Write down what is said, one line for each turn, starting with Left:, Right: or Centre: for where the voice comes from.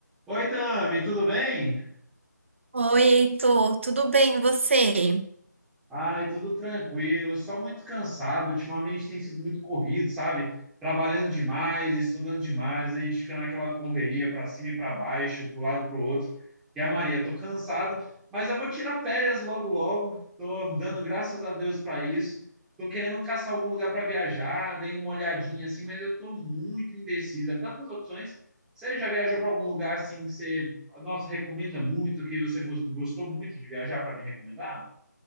Centre: Oi, Tami, tudo bem?
Right: Oi, Heitor, tudo bem e você?
Centre: Ai, tudo tranquilo, só muito cansado. Ultimamente tem sido muito corrido, sabe? Trabalhando demais, estudando demais, a gente fica naquela correria para cima e para baixo, para o lado e para o outro. E a Maria, tô cansado, mas eu vou tirar férias logo logo. Tô dando graças a Deus para isso. Tô querendo caçar algum lugar para viajar, dei uma olhadinha assim, mas eu tô muito indecisa. Tantas opções. Você já viajou para algum lugar assim que você, nossa, recomenda muito, que você gos- gostou muito de viajar para me recomendar?